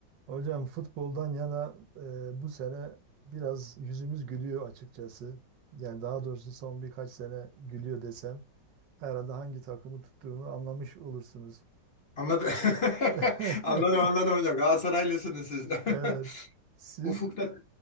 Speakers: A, on the right; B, on the left.
A: Hocam futboldan yana e, bu sene biraz yüzümüz gülüyor açıkçası. Yani daha doğrusu son birkaç sene gülüyor desem herhalde hangi takımı tuttuğumu anlamış olursunuz.
B: Anladım. <laughs>
A: <laughs>
B: Anladım anladım hocam. Galatasaraylısınız siz.
A: Evet.
B: <laughs>
A: Siz
B: Ufukta